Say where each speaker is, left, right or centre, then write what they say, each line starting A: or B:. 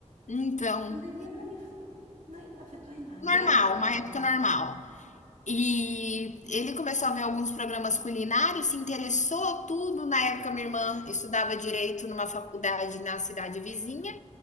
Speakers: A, on the left; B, on the right.
A: então.
B: Pandemia para mim f- né, não afetou em nada.
A: Normal,
B: Graças,
A: uma
B: graças.
A: época normal. E ele começou a ver alguns programas culinários, se interessou tudo. Na época, minha irmã estudava direito numa faculdade na cidade vizinha.